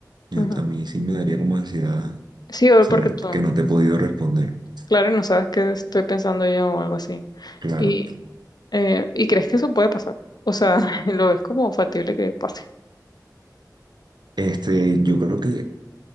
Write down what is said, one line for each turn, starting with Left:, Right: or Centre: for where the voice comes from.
Right: Yo-
Left: Ujú.
Right: a mí sí me daría como ansiedad
Left: Sí, o
Right: saber
Left: porque tú,
Right: que no te he podido responder.
Left: claro, y no sabes qué estoy pensando yo o algo así.
Right: Claro.
Left: Y, eh, ¿y crees que eso puede pasar? O sea, <laughs> lo ves como factible que pase.
Right: Este, yo creo que,